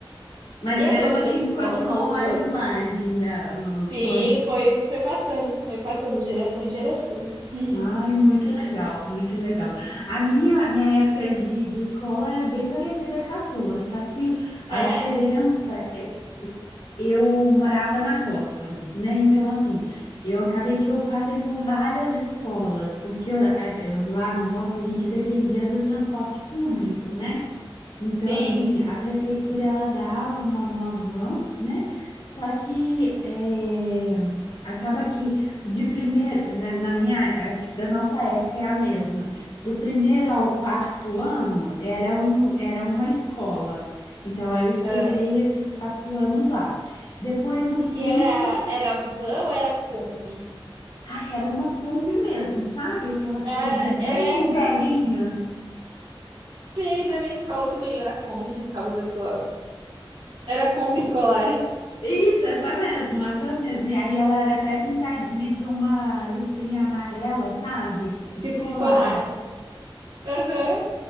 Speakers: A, on the left (about 80°); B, on the right (about 80°).
A: Mas
B: E a
A: mesmo
B: tua vida
A: assim
B: de escola,
A: continuou
B: como
A: a
B: foi?
A: linguagem da, o-
B: Sim,
A: con-
B: foi, foi passando, foi passando de geração em geração. <laughs>
A: Ai, muito legal, muito legal. A minha, minha época de, de escola é bem parecida com a sua, só que a
B: É,
A: diferença é que eu morava na roça, né? Então, assim, eu acabei que eu passei por várias escolas, porque eu- a- eu- lá na roça a gente dependia do transporte público, né? Então,
B: sim.
A: assim, a prefeitura ela dava uma, uma van, né? Só que é, acaba que de primeiro, na, na minha, acho que da nossa época é a mesma. Do primeiro ao quarto ano era um, era uma escola. Então, aí eu estudei
B: Ah,
A: esses quatro anos lá. Depois, no quinto,
B: E era, era van ou era Kombi?
A: ai, era uma Kombi mesmo, sabe? Aquelas
B: Ah,
A: Kombis bem
B: é,
A: velhinhas.
B: Sim, na minha escola também era a Kombi que buscava o pessoal. Era a Kombi escolar,
A: Isso, essa mesmo, essa mesmo. E aí ela era até pintadinha, tinha uma listrinha amarela, sabe?
B: <laughs> escrito
A: Escolar.
B: escolar. Aham.